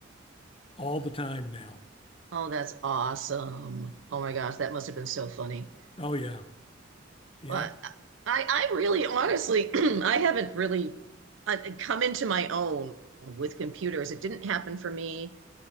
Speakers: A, on the left (about 30°); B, on the right (about 75°).
A: all the time now.
B: Oh, that's awesome. Oh my gosh, that must have been so funny.
A: Oh yeah. Yeah.
B: Well, I, I really honestly, <clears throat> I haven't really uh, come into my own with computers. It didn't happen for me